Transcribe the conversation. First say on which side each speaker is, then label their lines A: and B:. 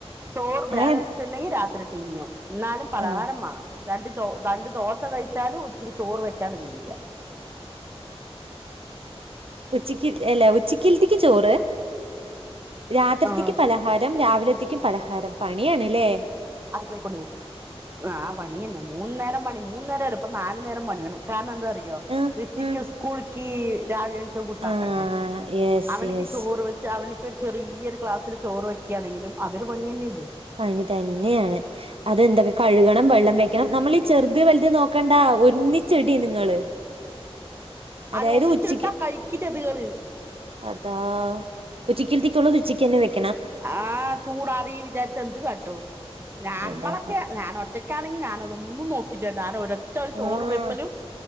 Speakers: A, on the right; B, on the right.
A: ചോറ് ബാലൻസ്
B: ഏഹ്
A: ഉണ്ടെങ്കി രാത്രി തിന്നും എന്നാലും പലഹാരം
B: ആഹ്
A: വേണം രണ്ട രണ്ട് ദോശ കഴിച്ച് വച്ചാലും ഒത്തിരി ചോറ് വെക്കാണ്ട് തിന്നില്ല
B: ഉച്ചക്ക് അല്ല ഉച്ചക്കത്തേൽക്ക് ചോറ് രാത്രിയത്തേക്ക്
A: ആഹ്
B: പലഹാരം രാവിലത്തേക്കും പലഹാരം പണിയാണല്ലേ
A: അടക്കളേ കൊണ്ടു വൈ ആഹ് പണിയന്നെ മൂന്ന്നേരം പണി മൂന്ന നേരമല്ല ഇപ്പൊ നാലുനേരം പണി വേണം കാരണം എന്താ ട്ടോ
B: ആഹ്
A: ഋത്തിക്ക്
B: ആഹ്
A: സ്കൂൾക്ക് രാവില എണീച്ച ഫുഡാക്കണ്ടെ
B: ആഹ് യെസ്
A: അവനിക്ക്
B: യെസ്
A: ചോറ് വെച്ച് അവനക്ക് ഒരു ചെറിയൊരു ക്ലാസ്സില് ചോറ് വെക്കുയാണെങ്കിലും അതൊരു പണി തന്നെയല്ലേ
B: പണി തന്നെയാണ് അതെന്തറിയോ കഴുകണം വെള്ളം ണം നമ്മൾ ഈ ചെറുത് വലുത് നോക്കണ്ട ഒന്നിച്ചെടി നിങ്ങള് അതായത്
A: അതിന് ഒന്നിച്ചിട്ടാ
B: ഉച്ചക്ക്
A: കഴിക്കില്ലത്ങ്ങള്
B: അതാ ഉച്ചക്ക്ൽത്തേക്കുള്ളത് ഉച്ചക്ക് തന്നെ വെക്ക
A: ആഹ ചൂടാറി വിചാരിച്ച എന്ത് കാട്ടും ഞാമ്മളൊക്കെ
B: എന്താ
A: ഞാൻ ഒറ്റക്ക് ഞാനെറ്റക്കാണെങ്കിൽ ഞാനതൊന്നും നോക്കിട്ടില്ല ഞാൻ ഒരറ്റ ഒരു ചോറ്
B: ആഹ്
A: വെപ്പലും